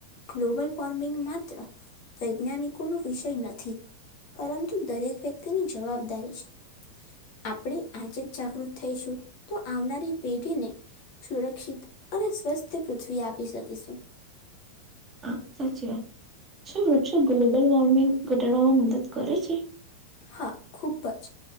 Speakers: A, on the left; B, on the right.
A: ગ્લોબલ વોર્મિંગ માત્ર વૈજ્ઞાનિકો નો વિષય નથી પરંતુ દરેક વ્યક્તિની જવાબદારી છે આપણે આજે જાગૃત થઈશું તો આવનારી પેઢીને સુરક્ષિત અને સ્વસ્થ પૃથ્વી આપી શકીશું
B: હા સાચી વાત શું વૃક્ષો ગ્લોબલ વોર્મિંગ ઘટાડવામાં મદદ કરે છે
A: હા ખૂબ જ